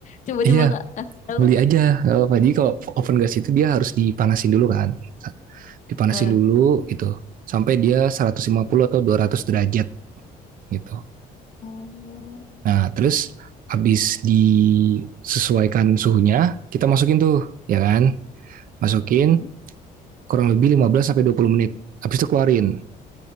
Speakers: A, on the left; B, on the right.
A: Coba-coba
B: iya
A: kak kasih tahu.
B: beli aja nggak apa-apa jadi kalau oven gas itu dia harus dipanasin dulu kan dipanasin
A: Eh,
B: dulu gitu sampai dia 150 atau 200 derajat gitu
A: Oh,
B: nah terus habis disesuaikan suhunya kita masukin tuh ya kan masukin
A: hmm.
B: kurang lebih 15 sampai 20 menit habis itu keluarin